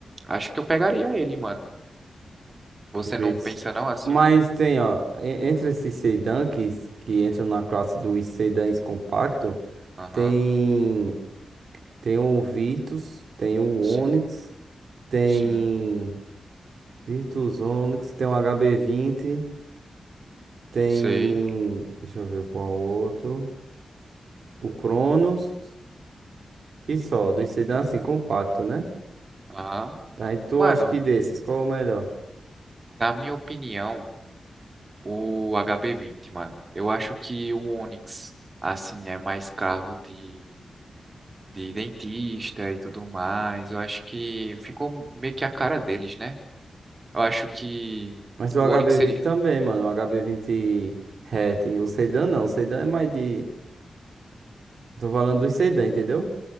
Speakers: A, on the right; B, on the right.
A: acho que eu pegaria ele, mano. Você
B: Talvez.
A: não pensa não assim?
B: Mas tem, ó, en- entre esses sedãs que, que entram na classe dos sedãs compactos.
A: Aham,
B: Tem, tem o Virtus, tem o
A: sim,
B: Onix, tem
A: sim,
B: Virtus Onix, tem o hb vinte tem,
A: sei.
B: deixa eu ver qual outro, o Cronos e só, dos sedãs assim, compacto, né?
A: Aham.
B: Aí tu
A: Mano,
B: acha que desses, qual é o melhor?
A: na minha opinião, o HB20, mano. Eu acho que o Onix, assim, é mais carro de, de dentista e tudo mais. Eu acho que ficou meio que a cara deles, né? Eu acho que
B: Mas o
A: o
B: hb
A: Onix seria.
B: vinte também, mano, o hb vinte hatch, o sedã não, o sedã é mais de, tô falando dos sedã, entendeu?